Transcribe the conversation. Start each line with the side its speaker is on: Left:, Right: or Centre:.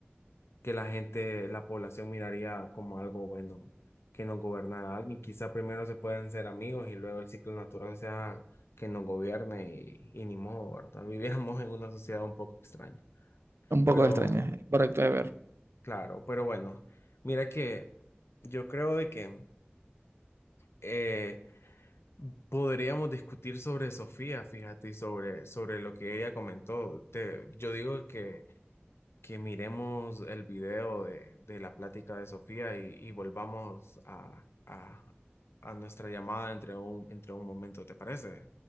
Left: que la gente, la población miraría como algo bueno, que nos gobernara alguien. Quizá primero se pueden ser amigos y luego el ciclo natural sea que nos gobierne y, y ni modo, ¿verdad? <laughs> Vivíamos en una sociedad un poco extraña.
Right: Un poco
Left: Pero,
Right: extraña, es correcto de ver.
Left: claro, pero bueno, mira que yo creo de que eh, podríamos discutir sobre Sofía, fíjate, y sobre, sobre lo que ella comentó. Te- yo digo que que miremos el video de, de la plática de Sofía y, y volvamos a, a- a nuestra llamada entre un, entre un momento, ¿te parece?